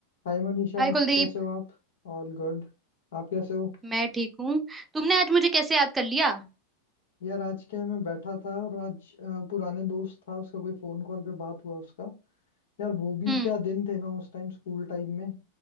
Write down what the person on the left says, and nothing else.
हाय मनीषा
कैसे हो आप All good आप कैसे हो
यार आज क्या है, मैं बैठा था और आज अ, पुराने दोस्त था उसका कोई फोन कॉल पे बात हुआ उसका यार वो भी
क्या दिन थे ना उस टाइम स्कूल टाइम में